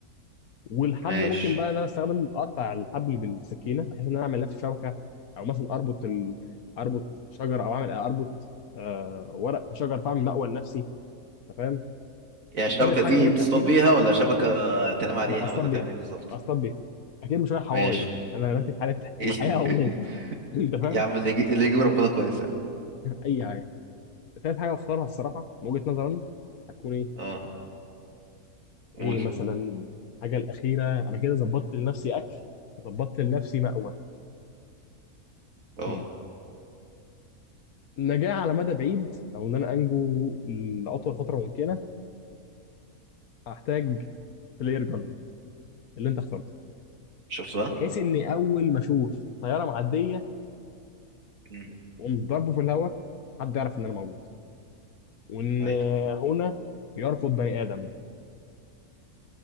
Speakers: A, on the left; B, on the right.
A: والحبل
B: ماشي
A: ممكن بقى ان انا استخدم اقطع الحبل بالسكينه بحيث ان انا اعمل لنفسي شبكه او مثلا اربط ال... اربط شجره او اعمل اربط آه ورق في شجر فاعمل مأوى لنفسي انت فاهم
B: يعني الشبكة
A: ثالث حاجه
B: دي
A: والاخيره
B: تصطاد بيها ولا شبكة تنام عليها
A: لا اصطاد
B: ولا
A: بيها
B: تعمل ايه بالظبط
A: اصطاد بيها اكيد مش رايح هواي
B: ماشي
A: انا دلوقتي في حاله
B: <laughs>
A: حياه او موت <laughs> انت فاهم
B: يا عم اللي يجي اللي يجيب ربنا كويس يعني
A: اي حاجه ثالث حاجة هختارها الصراحة من وجهة نظري أنا هتكون إيه؟
B: اه قول
A: إيه مثلا الحاجة الأخيرة أنا كده ظبطت لنفسي أكل ظبطت لنفسي مأوى
B: اه
A: هم. نجاة على مدى بعيد أو إن أنا أنجو لأطول فترة ممكنة هحتاج بلاير جن اللي أنت اخترته
B: شفت بقى
A: بحيث إني أول ما أشوف طيارة معدية
B: امم
A: وأقوم ضربه في الهواء حد يعرف إن أنا موجود وإن
B: ايوه
A: هنا يركض بني آدم